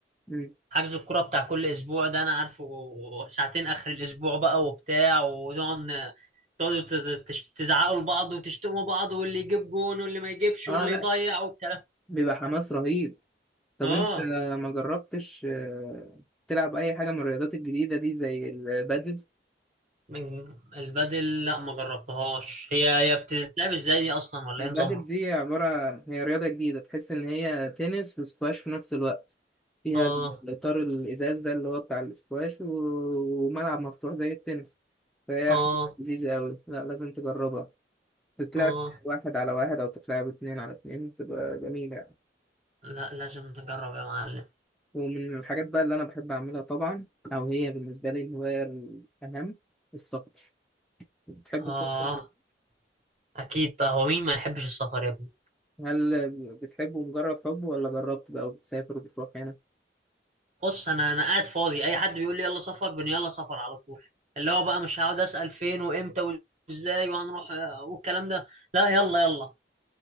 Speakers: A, in the centre; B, on the right (about 40°).
A: مم.
B: حجز الكوره بتاع كل اسبوع ده انا عارفه ساعتين اخر الاسبوع بقى وبتاع ونقعد ن- تقعدوا تز- تش- تزعقوا لبعض وتشتموا بعض واللي يجيب جون واللي ما يجيبش
A: آه
B: واللي
A: لأ
B: يضيع والكلام
A: بيبقى حماس رهيب طب
B: اه
A: أنت ما جربتش آه، تلعب أي حاجة من الرياضات الجديدة دي زي البادل؟
B: من البدل لا ما جربتهاش هي هي بتتلعب ازاي دي اصلا ولا
A: البادل
B: ايه نظامها
A: دي عبارة هي رياضة جديدة تحس إن هي تنس وسكواش في نفس الوقت فيها
B: اه
A: الإطار الإزاز ده اللي هو بتاع السكواش و... وملعب مفتوح زي التنس فهي
B: اه
A: حاجة لذيذة أوي لا لازم تجربها تتلعب
B: اه
A: واحد على واحد أو تتلعب اتنين على اتنين بتبقى جميلة يعني
B: لا لازم نجرب يا معلم
A: ومن الحاجات بقى اللي أنا بحب أعملها طبعا أو هي بالنسبة لي الهواية الأهم السفر بتحب
B: اه
A: السفر؟
B: اكيد طه هو مين ما يحبش السفر يا ابني
A: هل بتحبه مجرد حب ولا جربت بقى وبتسافر وبتروح هنا؟
B: بص انا انا قاعد فاضي اي حد بيقول لي يلا سفر بن يلا سفر على طول اللي هو بقى مش هقعد اسال فين وامتى وازاي وهنروح آه، والكلام ده لا يلا يلا